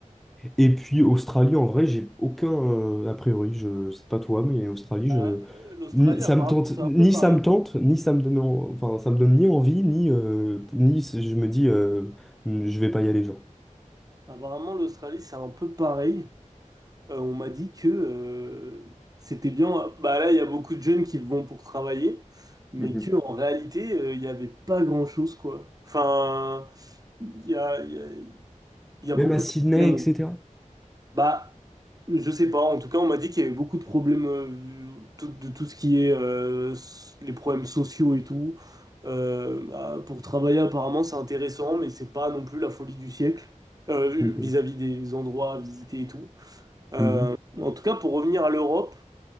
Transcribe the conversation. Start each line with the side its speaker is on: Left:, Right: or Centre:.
Centre: Et puis Australie, en vrai, j'ai aucun euh, a priori. Je sais pas toi, mais Australie,
Right: Euh,
Centre: je
Right: L'Australie,
Centre: ni-
Right: apparemment,
Centre: ça me tente,
Right: c'est un
Centre: ni
Right: peu pareil.
Centre: ça me tente, ni ça me donne, en- enfin ça me donne ni envie, ni euh, ni c- je me dis euh, je vais pas y aller, genre.
Right: Apparemment, l'Australie, c'est un peu pareil. Euh, on m'a dit que euh, c'était bien. Bah là, il y a beaucoup de jeunes qui vont pour travailler, mais
Centre: Mhm.
Right: que en réalité, euh, il n'y avait pas grand-chose, quoi. Enfin, il y a, il y a- il y a beaucoup
Centre: Même à Sydney,
Right: de problèmes.
Centre: etc.
Right: Bah, je sais pas. En tout cas, on m'a dit qu'il y avait beaucoup de problèmes euh, tout- de tout ce qui est euh, s- les problèmes sociaux et tout. Euh, bah, pour travailler, apparemment, c'est intéressant, mais c'est pas non plus la folie du siècle euh,
Centre: Ok.
Right: vis-à-vis des endroits à visiter et tout. Euh,
Centre: Mhm.
Right: en tout cas, pour revenir à l'Europe,